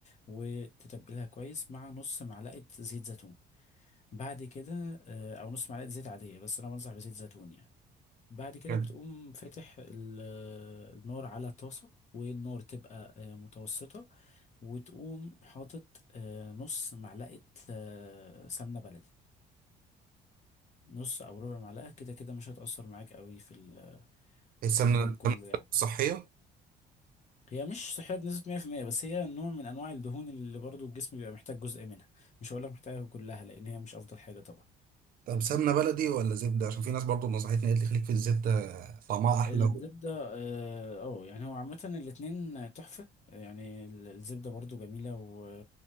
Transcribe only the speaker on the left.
وتتبلها كويس مع نص معلقة زيت زيتون بعد كده آه، او نص معلقه زيت عاديه بس انا بنصح بزيت زيتون يعني بعد كده
بتقوم فاتح ال- النار على طاسة والنار تبقى آه، متوسطة وتقوم حاطط آه، نص معلقة آه، سمنة بلدي نص أو ربع معلقة كده كده مش هتأثر معاك قوي في ال-
في اليوم
كله يعني
هي مش صحية بنسبة 100% بس هي نوع من أنواع الدهون اللي برضو الجسم بيبقى محتاج جزء منها مش هقولك محتاجها كلها لأن هي مش أفضل حاجة طبعا
الزبدة
اه آه، يعني هو عامة الاتنين تحفة يعني ال- الزبدة برضو جميلة و...